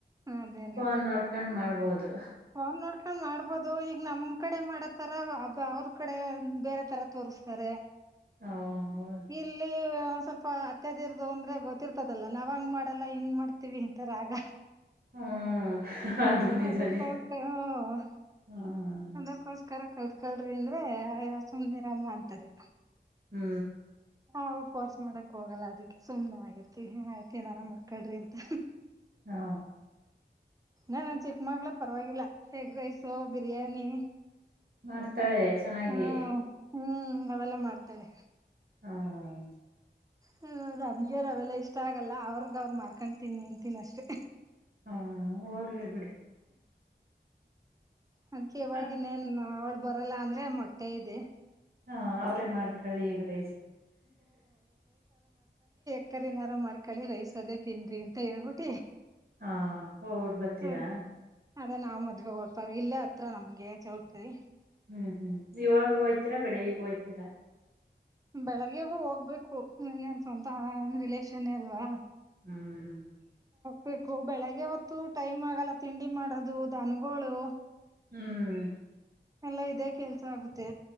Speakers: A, on the right; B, on the right.
A: ಅದೇನೆ
B: ಫೋನ್ ನೋಡ್ಕೊಂಡ್ ಮಾಡ್ಬೋದು.
A: ಫೋನ್ ನೋಡ್ಕೊಂಡ್ ಮಾಡ್ಬೋದು, ಈಗ ನಮ್ ಕಡೆ ಮಾಡತರ ಅವ್ರ ಕಡೆ ಬೇರೆ ತರ ತೋ ಸ್ತಾರೆ
B: ಹ ಹೌದು
A: ಇಲ್ಲಿ ದ್ ಸ್ವಲ್ಪ ಅತ್ಯಾದಿರದು ಅಂದ್ರೆ ಗೊತ್ತಿರ್ತದಲ್ಲಾ ನಾವ್ ಹಂಗ್ ಮಾಡಲ್ಲ ಹಿಂಗ್ ಮಾಡ್ತೀವಿ ಅಂತರ ಆಗ.
B: ಹ್ಮ್ ಅದು ನಿಜಾನೇ
A: ಅದಕ್ಕೋಸ್ಕ ಹ
B: ಹ್ಮ್
A: ಅದಕ್ಕೋಸ್ಕ ಅರ ಕಲ್ತ್ ಕಳ್ರಿ ಅಂದ್ರೆಯ ಸುಮ್ನೆರಮ್ಮ ಅಂತಾರೆ.
B: ಹ್ಮ್
A: ಹಾ ಪೋರ್ಸ್ ಮಾಡಕ್ ಹೋಗಲ್ಲ ಅದಕ್ಕೆ ಸುಮ್ನೆ ಆಗಿರ್ತಿವ್ ಅತ್ ಏನಾರ ಮಾಡ್ಕಳ್ರಿ ಅಂತ.
B: ಹಾ
A: ಇನ್ನ ಚಿಕ್ಕಮಗ್ಳು ಪರವಾಗಿಲ್ಲ, ಎಗ್ ರೈಸು, ಬಿರಿಯಾನಿ
B: ಮಾಡ್ತಾಳೆ ಚೆನ್ನಾಗಿ
A: ಹ್ಮ್ ಹ್ಮ್ ಅವೆಲ್ಲ ಮಾಡ್ತಾಳೆ.
B: ಹ್ಮ
A: ಹ ನಮ್ಗೆನ್ ಅವೆಲ್ಲಾ ಇಷ್ಟ ಆಗಲ್ಲ ಅವ್ರಗ ಅವ್ರು ಮಾಡ್ಕೊಂಡ್ ತಿಂತೀನಿ ಅಷ್ಟೇ.
B: ಹ್ಮ ಹೋಗ್ಲೇ ಬಿಡಿ.
A: ಅದ್ಕ್ಕೆ ಇವವಾಗಿನ್ನೇನ್
B: ಹ
A: ಅವಳು ಬರಲ್ಲ ಅಂದ್ರೆ ಮೊಟ್ಟೆ ಇದೆ.
B: ಹಾ ಅವ್ರೇ ಮಾಡ್ಕೊಳ್ಳಿ ಎಗ್ ರೈಸು.
A: ತರ್ಕಾರಿ ಏನಾರು ಮಾಡ್ಕೊಳ್ಳಿ ರೈಸ್ ಅದೇ ತಿನ್ರಿ ಅಂತ ಹೇಳ್ಬಿಟ್ಟಿ
B: ಹಾ ಹೋಗ್ಬಿಟ್ ಬರ್ತೀರಾ?
A: ಅದ್ ಅದೇ ನಾವ್ ಮದ್ವೆ ಹೊಡ್ಪಾರ ಇಲ್ಲೇ ಹತ್ರ ನಮ್ಗೆ ಚೌಟರಿ.
B: ಹ್ಮ್ ಹ್ಮ್ ಇವಾಗ ಹೋಯ್ತೀರಾ ಬೆಳಿಗ್ಗಿಗ್ ಹೋಯ್ತಿರಾ?
A: ಬೆಳಗ್ಗೆಗೂ ಹೋಗ್ಬೇಕು ಇನ್ನೆನ್ ಸ್ವಂತ ರಿಲೇಷನ್ ಏ ಅಲ್ವಾ.
B: ಹ್ಮ್ ಹ್ಮ್್ಮ
A: ಬೇಕು ಬೆಳಿಗ್ಗೆ ಹೊತ್ತು ಟೈಮ್ ಆಗಲ್ಲ ತಿಂಡಿ ಮಾಡೋದು, ದನ್ಗಳು.
B: ಹ್ಮ್
A: ಎಲ್ಲಾ ಇದೇ ಕೆಲ್ಸ ಆಗುತ್ತೆ.